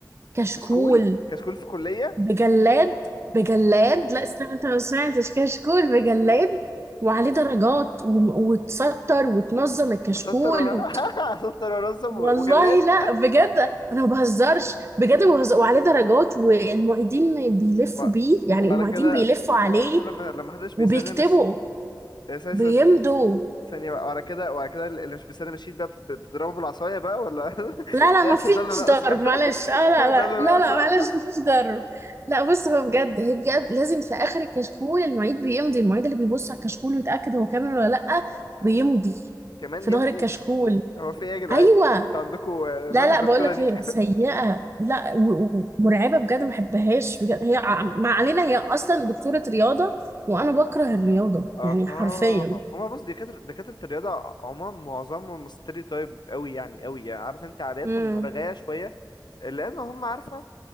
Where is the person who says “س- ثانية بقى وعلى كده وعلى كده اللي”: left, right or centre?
Left